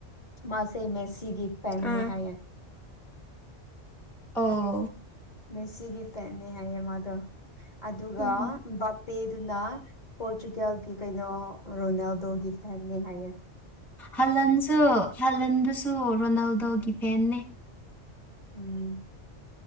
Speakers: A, on the left; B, in the centre.
A: ꯃꯥꯥꯁꯦ ꯃꯦꯁꯤ ꯒꯤ ꯐ‌ꯦꯟꯅꯤ
B: ꯑꯥ
A: ꯍꯥꯏꯌ‌ꯦ
B: ꯑꯣ
A: ꯃꯦꯁꯤꯒꯤ ꯐꯦꯟꯅꯦ ꯍꯥꯏꯌꯦ ꯃꯥꯗꯣ ꯑꯗꯨꯒ
B: ꯎꯝ
A: ꯕ ꯄꯦꯗꯨꯅ ꯄꯣꯔꯇꯨꯒꯜꯒꯤ ꯀꯩꯅꯣ ꯔꯣꯅꯥꯜꯗꯣꯒꯤ ꯐꯦꯟꯅ‌ꯦ ꯍꯥꯏꯌꯦ
B: ꯍꯜꯂꯟꯁꯨ ꯍꯂꯟꯗꯨꯁꯨ ꯔꯣꯅꯥꯜꯗꯣꯒꯤ ꯐꯦꯟꯅꯦ
A: ꯎꯝ